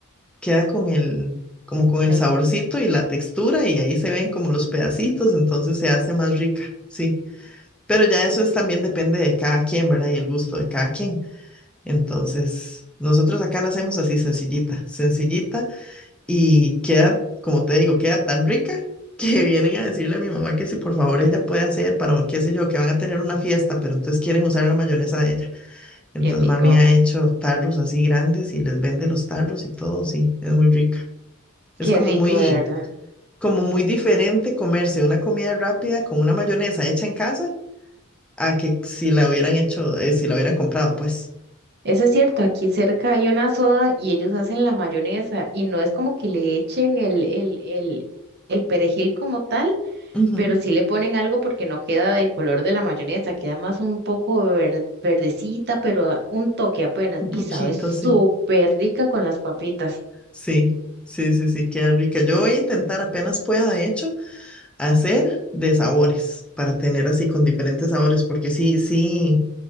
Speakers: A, in the centre; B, on the right (about 50°).
A: queda con el, como con el
B: El-
A: saborcito y la textura y ahí se ven como los pedacitos, entonces se hace más rica, sí. Pero ya eso es también depende de cada quien, ¿verdad? Y el gusto de cada quien. Entonces, nosotros acá la hacemos así sencillita, sencillita y queda, como te digo, queda tan rica que <laughs> vienen a decirle a mi mamá que si por favor
B: <laughs>
A: ella puede hacer para, qué sé yo, que van a tener una fiesta, pero entonces quieren usar la mayonesa de ella. Entonces
B: Qué rico,
A: mami ha hecho tarros así grandes y les vende los tarros y todo, sí, es muy rica. Es
B: qué
A: como
B: rico,
A: muy,
B: de verdad.
A: como muy diferente comerse una comida rápida con una mayonesa hecha en casa a que si la hubieran hecho, eh, si la hubieran comprado, pues.
B: Eso es cierto, aquí cerca hay una soda y ellos hacen la mayonesa y no es como que le echen el, el, el, el perejil como tal,
A: Ujú,
B: pero sí le ponen algo porque no queda del color de la mayonesa, queda más un poco ver- verdecita, pero un toque apenas
A: Un
B: y
A: poquito,
B: sabe súper
A: sí.
B: rica con las papitas.
A: Sí, sí, sí, sí, queda rica. Yo voy a intentar apenas pueda, de hecho, hacer de sabores para tener así con diferentes sabores, porque sí, sí,